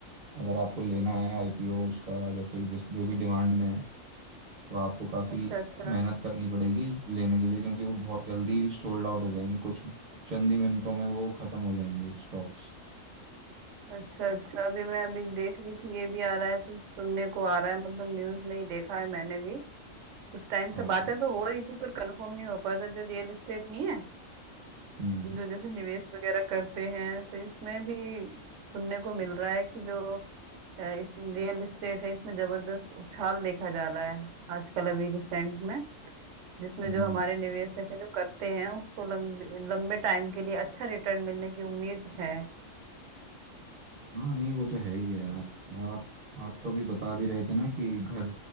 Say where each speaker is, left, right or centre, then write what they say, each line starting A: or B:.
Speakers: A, on the right; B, on the right.
A: अगर आपको लेना है आईपीओ उसका जैसे ही जिस जो भी डिमांड में है तो आपको काफ़ी
B: अच्छा अच्छा
A: मेहनत करनी पड़ेगी लेने के लिए क्योंकि वो बहुत जल्दी सोल्ड आउट हो जाएंगे कुछ चंद ही मिनटों में वो खत्म हो जाएंगे स्टॉक्स
B: अच्छा अच्छा अभी मैं अभी देख रही थी ये भी आ रहा है कुछ सुनने को आ रहा है मतलब न्यूज में ही देखा है मैंने भी कुछ टाइम से
A: हाँ
B: बातें तो हो रही थी पर कंफर्म नहीं हो पाया था जो रियल एस्टेट नहीं है
A: हम्म
B: जो जैसे निवेश वगैरह करते हैं तो इसमें भी सुनने को मिल रहा है कि जो अ, इस रियल एस्टेट है इसमें जबरदस्त उछाल देखा जा रहा है आजकल अभी रिसेंट में जिसमें
A: हम्म
B: जो हमारे निवेशक हैं जो करते हैं उसको लंबे लंबे टाइम के लिए अच्छा रिटर्न मिलने की उम्मीद है
A: हाँ नहीं वो तो है ही है यार आप आप तो अभी बता भी रहे थे ना कि घर